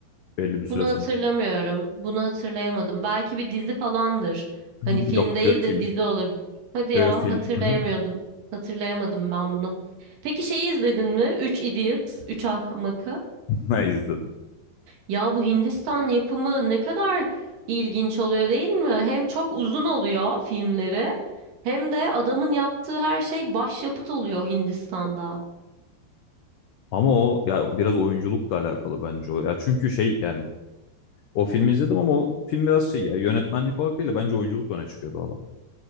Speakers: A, on the left; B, on the right.
A: belli bir süre
B: Bunu
A: sonra.
B: hatırlamıyorum. Bunu hatırlayamadım. Belki bir dizi falandır.
A: <laughs>
B: Hani film
A: Yok
B: değil
A: bir film.
B: de dizi olabilir. Hadi ya
A: Ee, film.
B: hatırlayamıyordum.
A: Hı hı.
B: Hatırlayamadım ben bunu. Peki şeyi izledin mi? Üç Idiots, 3 Ahmakı.
A: <laughs> Ben izledim.
B: Ya bu Hindistan yapımı ne kadar ilginç oluyor değil mi? Hem çok uzun oluyor filmleri hem de adamın yaptığı her şey başyapıt oluyor Hindistan'da.
A: Ama o ya biraz oyunculukla alakalı bence o ya. Çünkü şey yani o filmi izledim ama o film biraz şey ya yönetmenlik olarak değil de bence oyunculukla öne çıkıyordu adam.